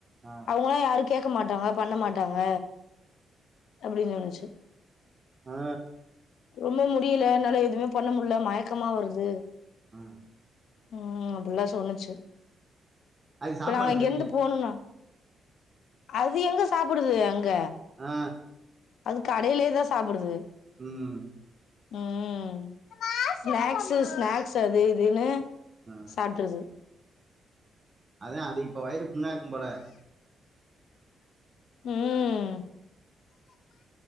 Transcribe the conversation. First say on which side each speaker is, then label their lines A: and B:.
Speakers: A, on the right; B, on the left.
A: ஆ ஆ
B: அவங்களா யாருக்கு கேக்க மாட்டாங்க பண்ண மாட்டாங்க அப்டினு நெனச்சு
A: ஆ
B: ரொம்ப முடியல என்னால எதுவுமே பண்ண முடில மயக்கமா வருது
A: ஆ
B: உம் அப்டில்லா சொன்னுச்சு
A: அது
B: இப்ப
A: சாப்பாடு
B: நா இங்க
A: சரியில்ல
B: இருந்து போணுனா அது எங்க சாப்டுது அங்க
A: ஆ
B: அது கடயிலே தா சாப்டுது
A: ம்
B: ம் ஸ்நாக்ஸ்சு ஸ்நாக்ஸ் ட்ட அது இதுனு
A: ஆ
B: சாப்டுறது
A: அதா அது இப்ப வயிறு புண்ணா இருக்கும் போல
B: ம்